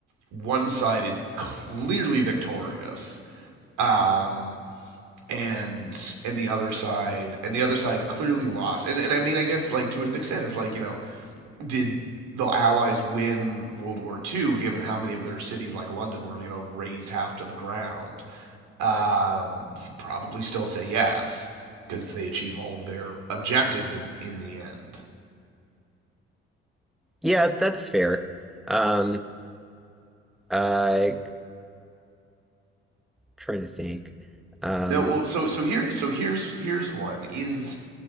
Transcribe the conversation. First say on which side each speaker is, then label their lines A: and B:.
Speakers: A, on the right; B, in the centre.
A: one side is clearly victorious. Um and and the other side and the other side clearly lost. And and I mean I guess like to an extent it's like, you know, did the Allies win World War Two? given how many of their cities, like London, were you know razed half to the ground? Um, you'd probably still say yes because they achieve all of their objectives in in the end.
B: yeah, that's fair. Um, I trying to think. Um,
A: No, well, so so here so here's here's one is